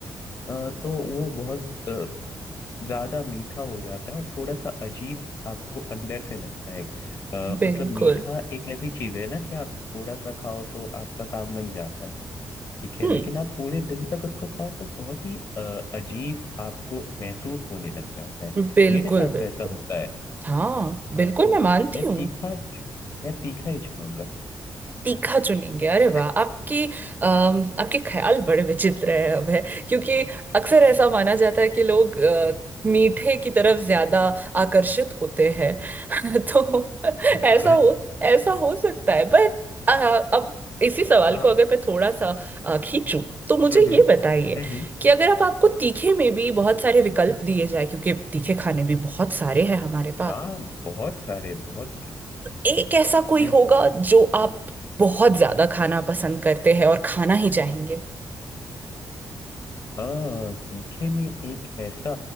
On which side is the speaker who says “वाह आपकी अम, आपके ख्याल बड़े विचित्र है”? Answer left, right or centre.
Right